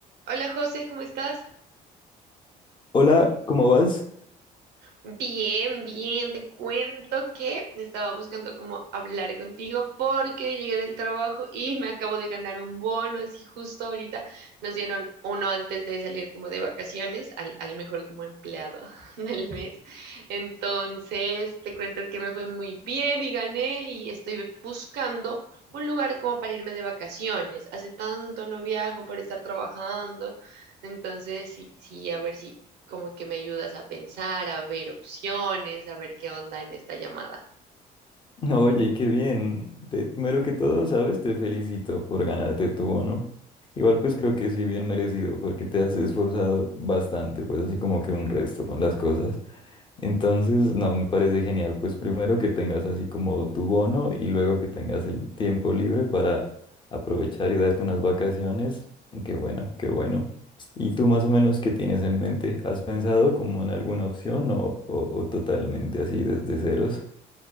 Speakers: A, on the right; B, on the left.
A: Hola José, ¿cómo estás?
B: Hola, ¿cómo vas?
A: Bien, bien, te cuento que estaba buscando cómo hablar contigo porque llegué del trabajo y me acabo de ganar un bono, así justo ahorita nos dieron uno antes de salir como de vacaciones al, al mejor como empleado <laughs> del mes. Entonces, te cuento que me fue muy bien y gané y estoy buscando un lugar como para irme de vacaciones. Hace tanto no viajo por estar trabajando. Entonces, sí, sí, a ver si como que me ayudas a pensar, a ver opciones, a ver qué onda en esta llamada.
B: No, Oye, qué bien. Te- primero que todo, ¿sabes? Te felicito por ganarte tu bono. Igual pues creo que sí, bien merecido, porque te has esforzado bastante, pues así como que un resto con las cosas. Entonces, no, me parece genial. Pues primero que tengas así como tu bono y luego que tengas el tiempo libre para aprovechar y darte unas vacaciones. Qué bueno, qué bueno. ¿Y tú más o menos qué tienes en mente? ¿Has pensado como en alguna opción o, o o totalmente así desde ceros?